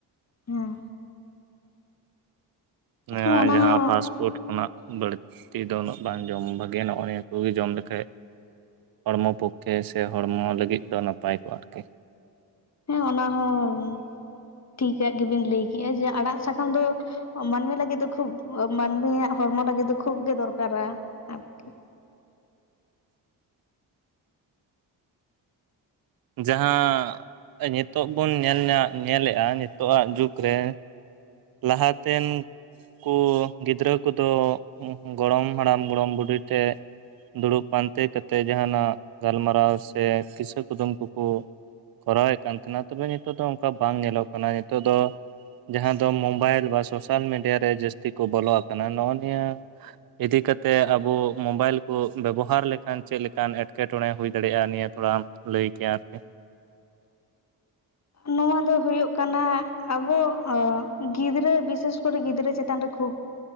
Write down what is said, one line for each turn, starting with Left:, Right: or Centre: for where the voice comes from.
Left: ᱦᱮᱸ
Right: ᱱᱤᱭᱟᱹ
Left: ᱦᱮᱸ ᱚᱱᱟ
Right: ᱡᱟᱦᱟᱸ
Left: ᱦᱚᱸ
Right: ᱯᱷᱟᱥᱴ ᱠᱳᱴ ᱠᱷᱚᱱᱟᱜ ᱵᱟᱹᱲᱛᱤ ᱫᱚ ᱩᱱᱟᱹᱜ ᱵᱟᱝ ᱡᱚᱢ ᱵᱷᱟᱜᱮ ᱱᱚᱜᱼᱚ ᱱᱤᱭᱟᱹ ᱠᱚᱜᱮ ᱡᱚᱢ ᱞᱮᱠᱷᱟᱡ ᱦᱚᱲᱢᱚ ᱯᱚᱠᱷᱮ ᱥᱮ ᱦᱚᱲᱢᱚ ᱞᱟᱹᱜᱤᱫ ᱫᱚ ᱱᱟᱯᱟᱭ ᱠᱚᱜᱼᱟ ᱟᱨᱠᱤ᱾
Left: ᱦᱮᱸ ᱚᱱᱟ ᱦᱚᱸ ᱴᱷᱤᱠᱟᱜ ᱜᱮᱵᱤᱱ ᱞᱟᱹᱭᱠᱮᱜᱼᱟ ᱡᱮ ᱟᱲᱟᱜ ᱥᱟᱠᱟᱢ ᱫᱚ ᱢᱟᱹᱱᱢᱤ ᱞᱟᱹᱜᱤᱫ ᱫᱚ ᱠᱷᱩᱵ ᱢᱟᱹᱱᱢᱤᱭᱟᱜ ᱦᱚᱲᱢᱚ ᱞᱟᱹᱜᱤᱫ ᱫᱚ ᱠᱷᱩᱵ ᱜᱮ ᱫᱚᱨᱠᱟᱨᱟ ᱟᱨᱠᱤ
Right: ᱡᱟᱦᱟᱸ ᱱᱤᱛᱚᱜᱜ ᱵᱚᱱ ᱧᱮᱞ ᱧᱟ ᱧᱮᱞᱮᱫᱼᱟ ᱱᱤᱛᱳᱼᱟᱜ ᱡᱩᱜᱽ ᱨᱮ ᱞᱟᱦᱟᱛᱮᱱ ᱩᱱᱠᱩ ᱜᱤᱫᱽᱨᱟᱹ ᱠᱚᱫᱚ ᱜᱚᱲᱚᱢ ᱦᱟᱲᱟᱢ ᱜᱚᱲᱚᱢ ᱵᱩᱰᱷᱤ ᱴᱷᱮᱡ ᱫᱩᱲᱩᱵ ᱯᱟᱱᱛᱮ ᱠᱟᱛᱮ ᱡᱟᱦᱟᱱᱟᱜ ᱜᱟᱞᱢᱟᱨᱟᱣ ᱥᱮ ᱠᱤᱥᱟᱹ ᱠᱩᱫᱩᱢ ᱠᱚᱠᱚ ᱠᱚᱨᱟᱣᱮᱫ ᱠᱟᱱ ᱛᱟᱦᱮᱱᱟ ᱛᱚᱵᱮ ᱱᱤᱛᱚᱜ ᱫᱚ ᱚᱱᱠᱟ ᱵᱟᱝ ᱧᱮᱞᱚᱜ ᱠᱟᱱᱟ ᱾ ᱱᱤᱛᱚᱜ ᱫᱚ ᱡᱟᱦᱟ ᱛᱚ ᱢᱳᱵᱟᱭᱤᱞ ᱵᱟ ᱥᱳᱥᱟᱞ ᱢᱤᱰᱤᱭᱟ ᱨᱮ ᱡᱟᱹᱥᱛᱤ ᱠᱚ ᱵᱚᱞᱚ ᱟᱠᱟᱱᱟ ᱱᱚᱜᱼᱚ ᱱᱤᱭᱟᱹ᱾ ᱤᱫᱤ ᱠᱟᱛᱮᱫ ᱟᱵᱚ ᱢᱳᱵᱟᱭᱤᱞ ᱠᱚ ᱵᱮᱵᱚᱦᱟᱨ ᱞᱮᱠᱷᱟᱱ ᱪᱮᱫᱞᱮᱠᱟᱱ ᱮᱸᱴᱠᱮᱴᱚᱬᱮ ᱦᱩᱭ ᱫᱟᱲᱮᱭᱟᱜᱼᱟ ᱱᱤᱭᱟᱹ ᱛᱷᱚᱲᱟ ᱟᱢ ᱞᱟᱹᱭ ᱠᱮ ᱟᱨᱠᱤ ᱾
Left: ᱱᱚᱣᱟ ᱫᱚ ᱦᱩᱭᱩᱜ ᱠᱟᱱᱟ ᱟᱵᱚ ᱜᱤᱫᱽᱨᱟᱹ ᱵᱤᱥᱮᱥ ᱠᱚᱨᱮ ᱜᱤᱫᱽᱨᱟᱹ ᱪᱮᱛᱟᱱ ᱨᱮ ᱠᱷᱩᱵ